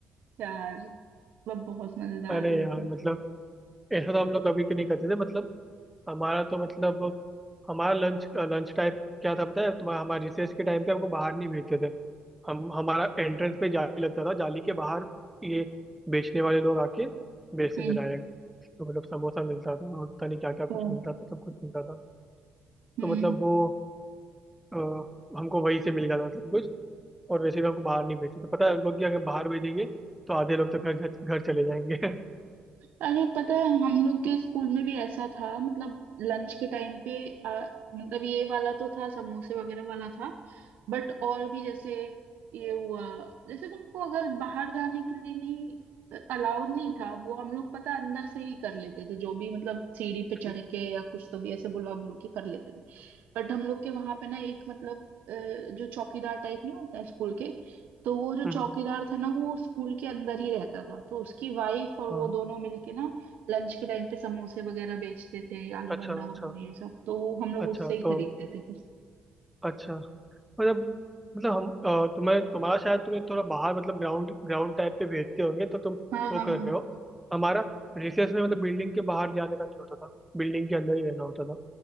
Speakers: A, on the right; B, in the centre.
A: यार मतलब बहुत मजेदार
B: अरे
A: दिन
B: यार मतलब ऐसा तो हम लोग कभी के नहीं करते थे मतलब हमारा तो मतलब हमारा लंच लंच टाइप क्या था पता है तुम्हारा हमारे रिसेस के टाइम पे हमको बाहर नहीं भेजते थे हम हमारा एंट्रेंस पे जाली लगता था जाली के बाहर ये बेचने वाले लोग आके बेचते
A: थे
B: थे डायरेक्ट तो मतलब समोसा मिलता था और पता नहीं क्या क्या कुछ
A: ओ
B: मिलता था सब कुछ मिलता था
A: हम्म
B: तो मतलब वो अ, हमको वहीं से मिल जाता था सब कुछ और वैसे भी हमको बाहर नहीं भेजते थे पता है उनको कि अगर बाहर भेजेंगे तो आधे लोग तो घर घर चले जाएंगे
A: अरे पता है हम लोग के स्कूल में भी ऐसा था मतलब लंच के टाइम पे आ, मतलब ये वाला तो था समोसे वगैरह वाला था बट और भी जैसे ये हुआ जैसे तुमको अगर बाहर जाने के लिए नहीं अलाउड नहीं था वो हम लोग पता अंदर से ही कर लेते थे जो भी मतलब सीढ़ी पे चढ़
B: <laughs>
A: के या कुछ तो भी ऐसे बुला बुलू के कर लेते थे बट हम लोग के वहां पे ना एक मतलब अ, जो चौकीदार टाइप नहीं होता है स्कूल के तो वो जो
B: हम्म,
A: चौकीदार था ना वो स्कूल के अंदर ही रहता था तो उसकी वाइफ और
B: हाँ
A: वो
B: हाँ।
A: दोनों मिलके ना लंच के टाइम पे समोसे वगैरह बेचते थे आलू बंडा
B: अच्छा अच्छा
A: वगैरह ये सब तो वो हम लोग
B: अच्छा
A: उससे ही
B: तो
A: खरीदते थे फिर
B: अच्छा मतलब मतलब हम अ, तुम्हें तुम्हारा शायद तुम्हें थोड़ा बाहर मतलब ग्राउंड ग्राउंड टाइप पे भेजते होंगे तो तुम
A: हाँ
B: वो
A: हाँ
B: कर
A: हाँ
B: रहे हो हमारा रिसेस में मतलब बिल्डिंग के बाहर जाने का नहीं होता था बिल्डिंग के अंदर ही रहना होता था